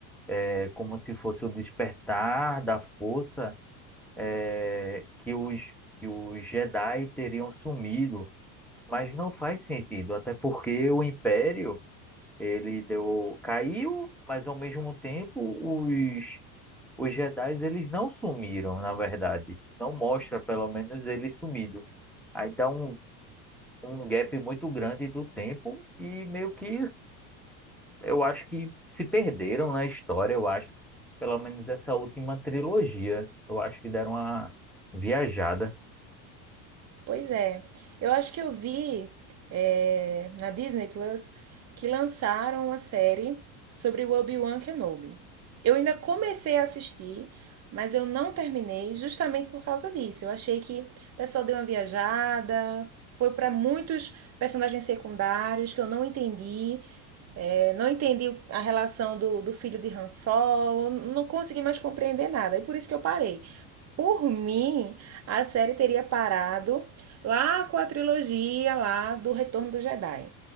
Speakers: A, in the centre; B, on the right.
A: é como se fosse o despertar da força é, que os, que os Jedi teriam sumido, mas não faz sentido, até porque o Império ele deu caiu, mas ao mesmo tempo os os Jedi eles não sumiram, na verdade, não mostra pelo menos eles sumido. Aí dá um, um gap muito grande do tempo e meio que eu acho que se perderam na história, eu acho, pelo menos essa última trilogia, eu acho que deram uma viajada
B: Pois é. Eu acho que eu vi é, na Disney Plus que lançaram uma série sobre o Obi-Wan Kenobi. Eu ainda comecei a assistir, mas eu não terminei justamente por causa disso. Eu achei que o pessoal deu uma viajada, foi para muitos personagens secundários que eu não entendi. é, não entendi a relação do, do filho de Han Solo, não consegui mais compreender nada. E por isso que eu parei. Por mim, a série teria parado lá com a trilogia lá do Retorno do Jedi.